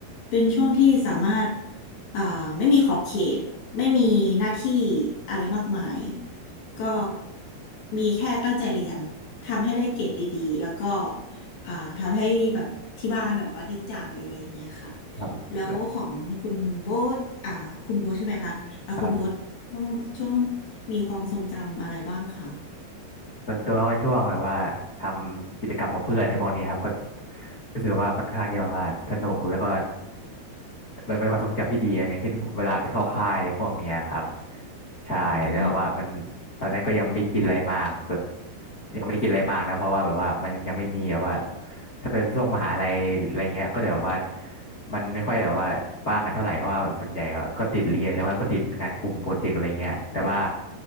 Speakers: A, on the left; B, on the left.
A: เป็นช่วงที่สามารถเอ่อไม่มีขอบเขตไม่มีหน้าที่อะไรมากมายก็
B: ครับ
A: มีแค่ตั้งใจเรียนทำให้ได้เกรดดีๆแล้วก็ อ่าทำให้แบบที่บ้านแบบว่าดีใจอะไรอย่างเงี้ยค่ะ
B: ค
A: แล้วของคุณโบ๊ทอ่าคุณโบ๊ทใช่ไหมคะอ่าคุณโบ๊ทช่วงช่วง
B: รับ
A: มีความทรงจำอะไรบ้างคะ
B: ส่วนตัวก็ช่วงแบบว่าทำกิจกรรมกับเพื่อนในพวกนี้ครับก็รู้สึกว่าค่อนข้างที่แบบว่าสนุกแล้วก็มันเป็นความทรงจำที่ดีอะอย่างเช่นเวลาไปเข้าค่ายในพวกเนี้ยครับใช่แล้วแบบว่ามัน
A: อืม
B: ตอนนั้นก็ยังไม่ได้คิดอะไรมากส่วนยังไม่ได้คิดอะไรมากนะเพราะว่าแบบว่ามันยังไม่มีแบบว่าถ้าเป็นช่วงมหาลัยอะไรเงี้ยก็เดี๋ยวว่า มันไม่ค่อยแบบว่าว่างกันเท่าไหร่เพราะว่าส่วนใหญ่ก็ก็ติดเรียนหรือว่าก็ติดงานกลุ่มโปรเจกต์อะไรเงี้ยแต่ว่า